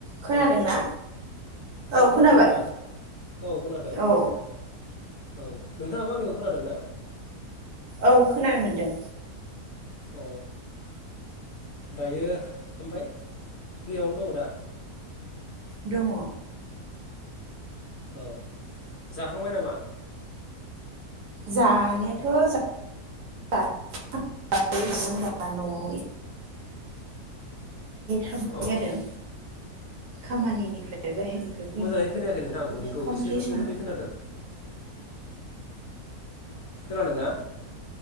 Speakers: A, on the right; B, on the left.
A: खोनादोंना
B: Hello औ
A: औ
B: खोनादों
A: खोनाबाय
B: नोंथां औ खोनादों औ
A: औ
B: नोंथाङाबो आंनिखौ खोनादों ना?
A: औ खोनानो मोनदों
B: औ दायो ओमफाय फ्रियावनो दङ दा?
A: दङ
B: औ जाखांबाय नामा?
A: जानोथ जा <unintelligible> लेट हाबनाय
B: अ
A: जादों खामानिनिफ्राय बाहेरनिफ्राय फैनाया
B: मोजाङै
A: बि
B: खोनायाखै नोंथां नोंनिखौ
A: नो ओंखाम
B: एसे
A: ओंख्रि
B: रोमै
A: सं
B: रोमै खोनादों खोनादोंना?